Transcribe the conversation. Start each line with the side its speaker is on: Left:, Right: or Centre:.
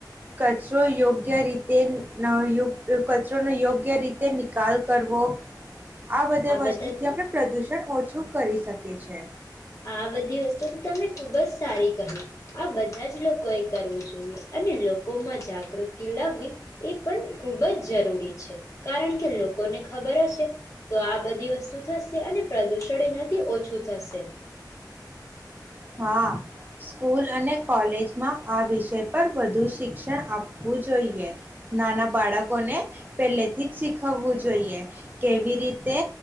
Right: કચરો યોગ્ય રીતે ન યો કચરોને યોગ યોગ્ય રીતે નિકાલ કરવો. આ બધે વસ્તુથી
Left: બધા તો
Right: આપણે પ્રદુષણ છું કરી શકે છે.
Left: આ બધી વસ્તુ તો તમે ખુબ જ સારી. <unintelligible> આ બધા જ લોકો કોઈ કરવું જોઈએ અને લોકોમાં જાગૃતિ લાવવી એ પણ ખૂબ જ જરૂરી છે કારણ કે લોકોને ખબર હશે તો આ બધી વસ્તુ થશે અને પ્રદૂષણ એનાથી ઓછું થશે.
Right: હા સ્કૂલ અને કોલેજમાં આ વિષય પર વધુ શિક્ષણ આપવું જોઈએ નાના બાળકોને પહેલેથી જ શીખવવું જોઈએ કેવી રીતે